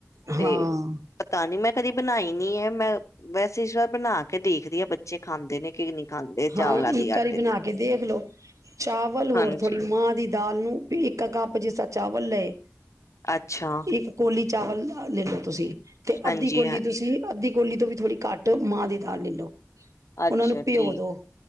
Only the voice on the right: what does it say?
ਹਾਂ,
ਹਾਂ
ਇੱਕ ਵਾਰੀ
ਬਣਾ
ਕੇ ਦੇਖ ਲਓ ਚਾਵਲ ਹੋਰ
ਥੋੜ੍ਹੀ ਮਾਂ ਦੀ ਦਾਲ ਨੂੰ ਵੀ ਇੱਕ ਕੱਪ ਜਿਸ ਤਰ ਚਾਵਲ ਲਏ
ਇੱਕ ਕੋਲੀ ਚਾਵਲ ਲੇਲੋ। ਤੁਸੀਂ, ਤੇ
ਅੱਧੀ ਕੋਲੀ
ਤੁਸੀਂ ਅੱਧੀ ਕੋਲੀ ਤੋਂ ਵੀ ਥੋੜੀ ਘੱਟ ਮਾਂਹ ਦੀ ਦਾਲ ਲੈ ਲਓ।
ਉਹਨਾਂ ਨੂੰ ਭਿਓ
ਦੋ